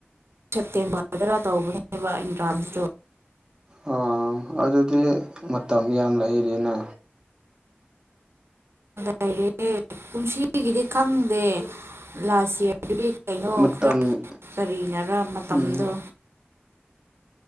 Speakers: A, on the right (about 80°); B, on the right (about 20°).
A: ꯁꯦꯞꯇꯦꯝꯕꯔꯗꯔ ꯇꯧꯕꯅꯦꯕ ꯑꯦꯟꯇ꯭ꯔꯥꯟꯁꯇꯨ
B: ꯑꯣ ꯑꯗꯨꯗꯤ ꯃꯇꯝ ꯌꯥꯝ ꯂꯩꯔꯤꯅ
A: ꯂꯩꯔꯤ ꯀꯨꯌꯝꯁꯤꯒꯤꯗꯤ ꯈꯪꯗꯦ ꯂꯥꯁ ꯏꯌꯥꯔꯗꯨꯗꯤ ꯀꯩꯅꯣ
B: ꯃꯇꯝ
A: ꯈꯔ ꯀꯔꯤꯅꯔ ꯃꯇꯝꯗꯣ
B: ꯎꯝ